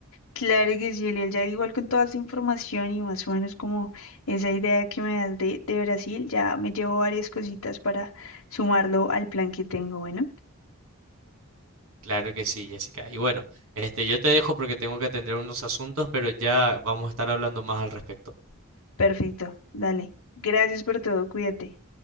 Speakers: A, on the left (about 75°); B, on the right (about 65°).
A: Claro que sí, Eliel, ya igual con toda esa información y más o menos como esa idea que me das de, de Brasil, ya me llevo varias cositas para sumarlo al plan que tengo. Bueno,
B: Claro que sí, Jessica. Y bueno, este, yo te dejo porque tengo que atender unos asuntos, pero ya vamos a estar hablando más al respecto.
A: perfecto, dale. Gracias por todo, cuídate.